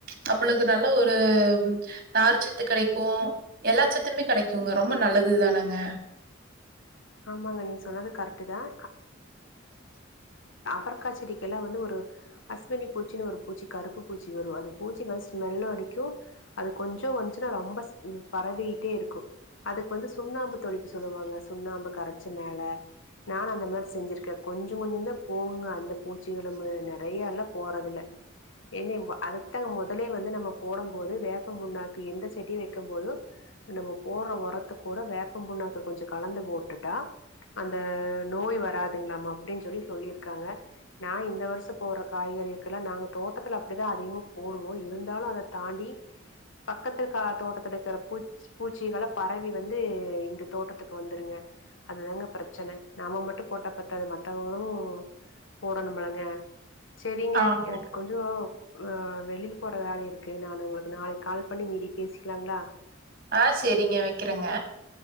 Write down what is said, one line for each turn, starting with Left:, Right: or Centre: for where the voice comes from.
Right: நம்மளுக்கு நல்ல ஒரு நார்ச்சத்து கெடைக்கு எல்லா சத்துமே கெடைக்குங்க ரொம்ப நல்லதுதானங்க
Left: ஆமாங்க. நீங்க சொன்னது கரெக்ட்டு தான். பர்க்காச்செடிக்கெல்லா வந்து ஒரு அஸ்வனி பூச்சின்னு ஒரு பூச்சி கருப்பு பூச்சி வரும் அது பூச்சி வந் ஸ்மெல்லு அடிக்கு அது கொஞ்சோ வந்துச்சுன்னா ரொம்பஸ் பரவிட்டே இருக்கு அதுக்கு வந்து சுண்ணாம்பு தொளிக்க சொல்லுவாங்க சுண்ணாம்பு கரச்சி மேல நானு அந்த மாரி செஞ்சிருக்க கொஞ்சோ கொஞ்சோ தா போகுங்க அந்த பூச்சி எழும்பு நெறைய எல்லா போறதுல என்னே அத தா முதலே வந்து நம்ம போடம் போது வேப்பம் புண்ணாக்கு எந்த செடி வெக்க போது நம்ம போடுற உரத்து கூட வேப்பம் புண்ணாக்கு கொஞ்சோ கலந்து போட்டு டா அந்த நோய் வராதுங்ளாமா அப்டின்னு சொல்லி சொல்லிருகாங்க நா இந்த வருஷோ போட்ற காய்கறிகுல்ல நாங்க தோட்டத்துல அப்டிதா அதிகமா போடுவோ இருந்தாலு அத தாண்டி பக்கத்து கா தோட்டத்து இருக்குற பூச்சிகள பரவி வந்து இந்த தோட்டத்துக்கு வந்துருங்க அதுதாங்க ப்ரெச்சன நம்ம மட்டு போட்டா பத்தாதது மத்தவங்ளு போடணும்லங்க சேரிங்க
Right: ஆமா
Left: எனக்கு கொஞ்சோ ஆஹ் வெளில் போற வேல இருக்கு நா உங்ளுக்கு நாளைக் கால் பண்ணி மீதி பேசிக்லாங்ளா
Right: ஆஹ் சேரிங்க வக்கிறங்க